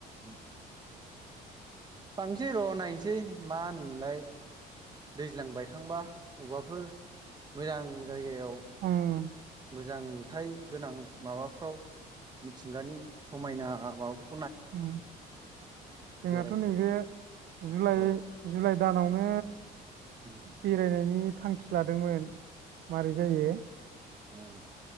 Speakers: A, on the right; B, on the right.
A: ओम फांसै र' नायनोसै मा होनोम मोनलाय। दैज्लां बायखांबा अबावबाफोर मोजां जायगायाव
B: ओम
A: मोजां नुथाय गोनां माबाफ्राव मिथिंगानि समायना माबा
B: ओम जोंहाथ'
A: बेरायनो
B: नैबे जुलाइ
A: औ
B: जुलाइ दानावनो
A: उम
B: बेरायनायनि थांखि लादोंमोन। मारै' जायो।
A: ओम।